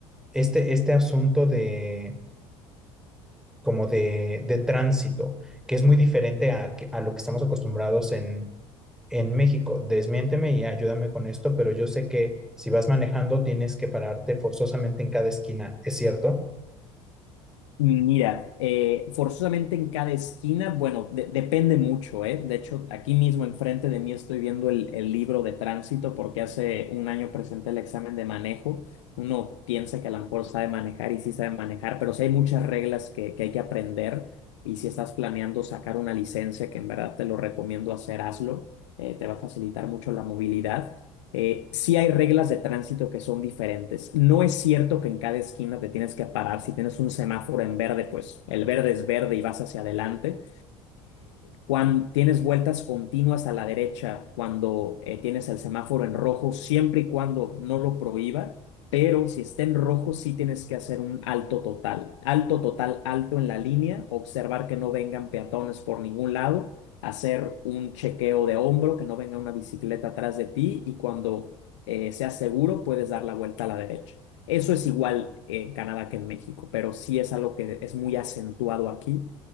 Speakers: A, in the centre; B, on the left.
A: este, este asunto de como de, de tránsito, que es muy diferente a, que- a lo que estamos acostumbrados en, en México, desmiénteme y ayúdame con esto, pero yo sé que si vas manejando tienes que pararte forzosamente en cada esquina, ¿es cierto?
B: Mira, eh, forzosamente en cada esquina, bueno, de- depende mucho, ¿eh? De hecho, aquí mismo enfrente de mí estoy viendo el, el libro de tránsito porque hace un año presenté el examen de manejo. Uno piensa que a lo mejor sabe manejar y sí sabe manejar, pero sí hay muchas reglas que, que hay que aprender y si estás planeando sacar una licencia, que en verdad te lo recomiendo hacer, hazlo. Eh, te va a facilitar mucho la movilidad eh, sí hay reglas de tránsito que son diferentes. No es cierto que en cada esquina te tienes que parar. Si tienes un semáforo en verde, pues el verde es verde y vas hacia adelante. cuando tienes vueltas continuas a la derecha, cuando eh, tienes el semáforo en rojo, siempre y cuando no lo prohíba, pero si está en rojo, sí tienes que hacer un alto total. Alto total, alto en la línea, observar que no vengan peatones por ningún lado hacer un chequeo de hombro, que no venga una bicicleta atrás de ti y cuando eh, seas seguro puedes dar la vuelta a la derecha. Eso es igual en Canadá que en México, pero sí es algo que es muy acentuado aquí.